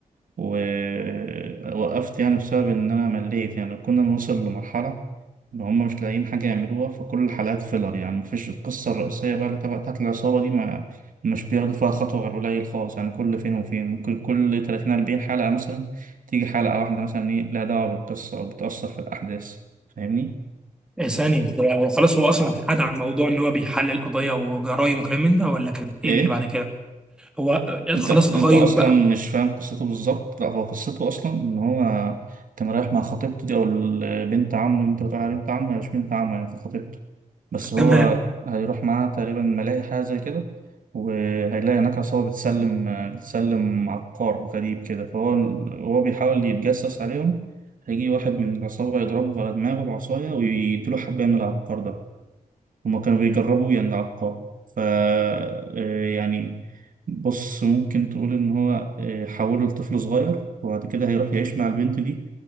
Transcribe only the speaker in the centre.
إيه ثانية هو خلاص هو أصلا حاد عن موضوع إن هو بيحلل قضايا وجرايم وكلام من ده ولا كان إيه
اللي بعد كده؟ هو
خلاص
اتغير
بقى
<laughs>
تمام